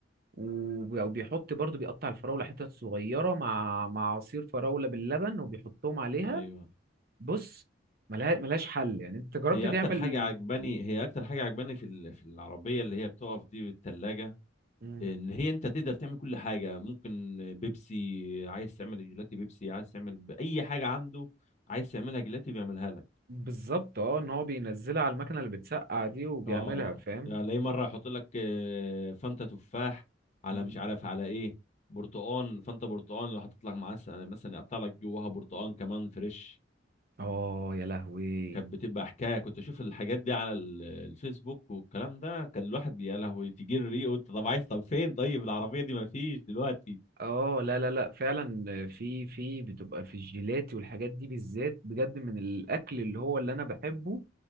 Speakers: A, on the right; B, on the left.
A: وب- وبيحط برضو بيقطع الفراولة حتت صغيرة مع مع عصير فراولة باللبن وبيحطهم عليها
B: ايوه
A: بص ملها- ملهاش حل يعني انت جربت
B: هي
A: تعمل
B: اكتر حاجه عجباني هي اكتر حاجه عجباني في ال- في العربيه اللي هي بتقف دي بالثلاجه
A: مم.
B: ان هي انت تقدر تعمل كل حاجه ممكن بيبسي عايز تعمل جيلاتي بيبسي عايز تعمل ب- اي حاجه عنده عايز تعملها جيلاتي بيعملها لك
A: بالظبط اه ان هو بينزلها على المكنه اللي بتسقع دي وبيعملها
B: اه
A: فاهم
B: هتلاقيه مره يحط لك آه، فانتا تفاح على
A: مم.
B: مش عارف على ايه برتقان فانتا برتقان لو هتطلع معاه س- مثلا يقطع لك جواها برتقان كمان فريش
A: اه يا لهوي
B: كانت بتبقى حكايه كنت اشوف الحاجات دي على ال- الفيسبوك والكلام ده كان الواحد بي- يا لهوي تيجي الريق وانت طب عايز طب فين طيب العربيه دي ما فيش دلوقتي
A: اه لا لا لا فعلا في في بتبقى في الجيلاتي والحاجات دي بالذات بجد من الاكل اللي هو اللي انا بحبه